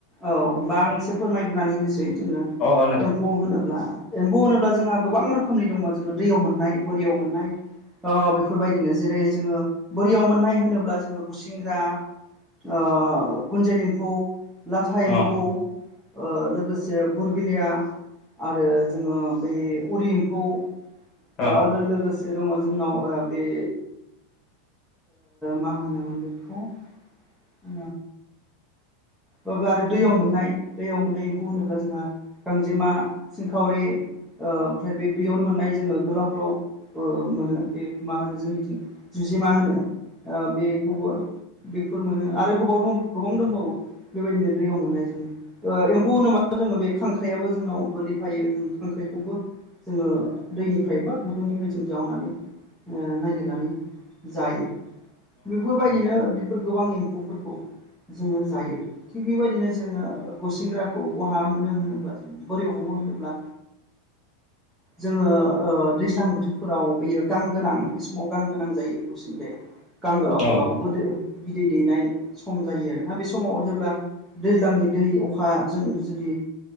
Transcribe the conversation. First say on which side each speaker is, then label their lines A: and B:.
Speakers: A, in the centre; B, on the left.
A: औ होमबा आं एसे फोरमायग्रानै होनोसै जोङो
B: अ
A: एम्फौ होनोब्ला एम्फौ होनोब्ला जोंहा गोबां रो रोखोमनि दङ जोङो दैयाव मोननाय बोरियाव मोननाय ओ बेफोरबायदिनो जेरै जोङो बोरियाव मोननाय होनोब्ला जोङो गुसिंग्रा ओ गुन्जित एम्फौ लाथा
B: नोंथां
A: एम्फौ ओ लोगोसे बुरबिलिया आरो जोङो बै उरि एम्फौ ओ
B: अ
A: लो-लोगोस से दङ जोंनाव बे मा ओ होनोमोन बेखौ अ। बा बो आरो दैयाव मोननाय दैयाव मोननाय एम्फौ होनोब्ला जोंहा गांजेमा सिंखावरि ओ ओमफ्राय बे बेयावनो मोननाय जोङो गोलाव गोलाव ओ मोनो बे मा होनो जोंनिथिं जुजिमा होनो। ओ बेखौबो बेफोर मोनो आरो गोबाव दं गोबां दंबावो बेबायदिनो दैयाव मोननाय जोङो ओ एम्फौ होनोब्ला जोङो बे खांख्राइयाबो जोंनाव गोलैफायो जों खांख्राइखौबो जोङो दैनिफ्राय बा गुदुंनिफ्राय जों जावनानै ओ नागिरनानै जायो। बेफोरबायदिनो बेफोर गोबां एम्फौफोरखौ जोङो जायो थिग बेबायदिनो जोङो ओ गुसेंग्राखौ बहा मोनो होनोब्ला जों बोरै हमो होनोब्ला जोङो ओ दैज्लां बोथोरफोराव बैयो गां गोनां बे समाव गां गोनां जायो खुसिंग्राया, गां गोलाव
B: अ
A: गोलावबो जायो बिदै दैनाय सम जायो आरोना बे समाव जेब्ला दैज्लांनि दै अखाजों जुदि